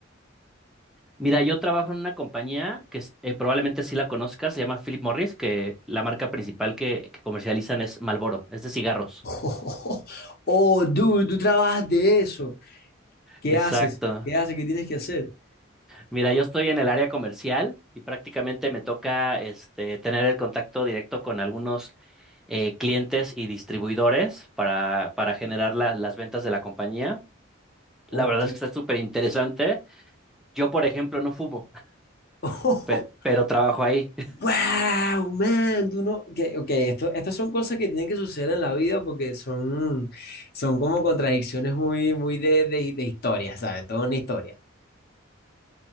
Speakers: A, in the centre; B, on the left.
A: Mira, yo trabajo en una compañía que es- eh, probablemente sí la conozcas, se llama Philip Morris, que la marca principal que, que comercializan es Marlboro, es de cigarros.
B: Oh, <laughs> oh, dude, tú trabajas de eso. ¿Qué
A: Exacto.
B: haces? ¿Qué haces? ¿Qué tienes que hacer?
A: Mira, yo estoy en el área comercial y prácticamente me toca este, tener el contacto directo con algunos eh, clientes y distribuidores para, para generar la- las ventas de la compañía. La
B: Ok.
A: verdad es que está súper interesante. Yo, por ejemplo, no fumo,
B: <laughs>
A: <laughs> pe- pero trabajo ahí. <laughs>
B: Wow, man, tú no. que- ok, esto, estas son cosas que tienen que suceder en la vida porque son, son como contradicciones muy, muy de, de, de historia, ¿sabes? Toda una historia.